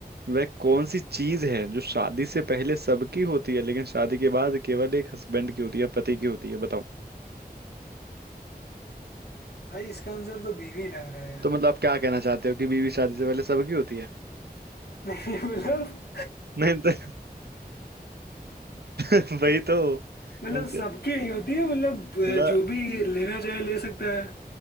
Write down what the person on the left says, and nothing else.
भाई इसका आंसर तो बीवी लग रहा है यार
<laughs> नहीं मतलब
मतलब
सबकी
नहीं होती है मतलब अह,
जो भी लेना चाहे ले सकता है